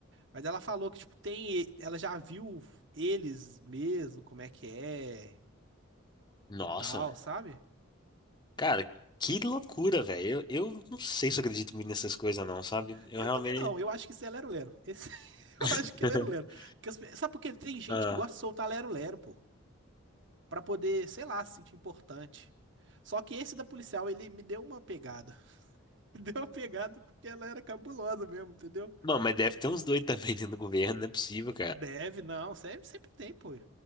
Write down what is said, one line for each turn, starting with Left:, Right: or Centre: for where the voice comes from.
Right: Mas ela falou que, tipo, tem, ela já viu eles mesmo, como é que é
Left: Nossa.
Right: e tal, sabe?
Left: Cara, que loucura, velho. Eu, eu não sei se eu acredito muito nessas coisas, não, sabe? Eu
Right: Eu
Left: realmente.
Right: também não, eu acho que isso é lero-lero. Esse- <laughs> Eu
Left: <laughs>
Right: acho que é lero-lero. Porque as pe- Sabe por quê? Tem gente
Left: Ah.
Right: que gosta de soltar lero-lero, pô, pra poder, sei lá, se sentir importante. Só que esse da policial, ele me deu uma pegada. <laughs> Me deu uma pegada porque ela era cabulosa mesmo, entendeu?
Left: Mano, mas deve ter uns doidos também dentro do governo, não é possível,
Right: Deve, não. Sempre, sempre tem, pô.